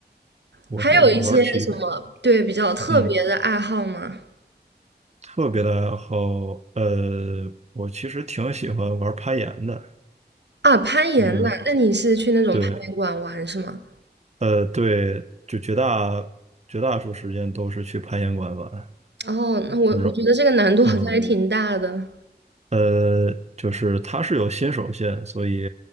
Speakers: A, on the right; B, on the right.
A: 我是玩体育，
B: 还有一些什么对比较特别的爱好吗？
A: 嗯。特别的好，呃，我其实挺喜欢玩攀岩的，
B: 啊，攀岩呐，
A: 就是
B: 那你是去那种攀岩馆玩是吗？
A: 对，呃，对，就绝大绝大多数时间都是去攀岩馆玩，
B: 哦，那我我觉得这个难度好像还挺大的
A: 就是嗯，呃，就是它是有新手线，所以